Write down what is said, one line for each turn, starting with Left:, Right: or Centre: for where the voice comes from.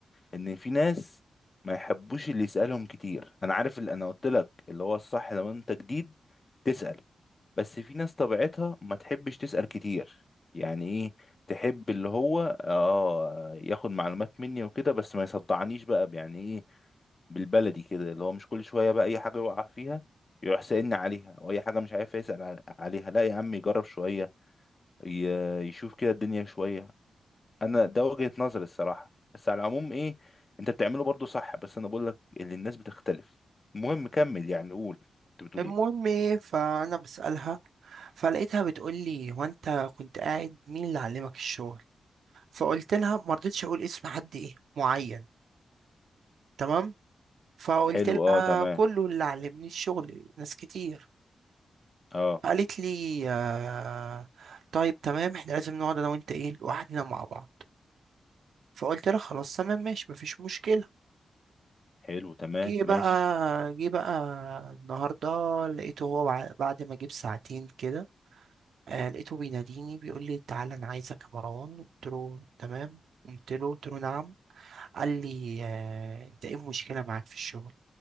Left: ان في ناس ما يحبوش اللي يسالهم كتير انا عارف اللي انا قلت لك اللي هو الصح لما انت جديد تسال بس في ناس طبيعتها ما تحبش تسال كتير يعني ايه تحب اللي هو اه ياخد معلومات مني وكده بس ما يصدعنيش بقى يعني ايه بالبلدي كده اللي هو مش كل شوية بقى أي حاجة يقع فيها يروح سألني عليها أو أي حاجة مش عارف يسأل عل- عليها لا يا عم يجرب شوية ي- يشوف كده الدنيا شوية أنا ده وجهة نظري الصراحة بس على العموم إيه أنت بتعمله برضو صح بس أنا بقول لك اللي الناس بتختلف المهم كمل يعني قول كنت بتقول
Right: المهم
Left: إيه
Right: ايه فانا بسألها فلقيتها بتقول لي هو انت كنت قاعد مين اللي علمك الشغل فقلت لها ما رضيتش اقول اسم حد ايه معين تمام فقلت
Left: حلو
Right: لها
Left: أه تمام
Right: كله اللي علمني الشغل ناس كتير
Left: أه
Right: قالت لي آه طيب تمام احنا لازم نقعد انا وانت ايه لوحدنا مع بعض فقلت لها خلاص تمام ماشي مفيش مشكلة
Left: حلو تمام
Right: جه
Left: ماشي
Right: بقى جه بقى النهاردة لقيته هو بع- بعد ما جه بساعتين كده آه لقيته بيناديني بيقول لي تعالى انا عايزك يا مروان قلت له تمام قمت له قلت له نعم قال لي آه انت ايه المشكلة معاك في الشغل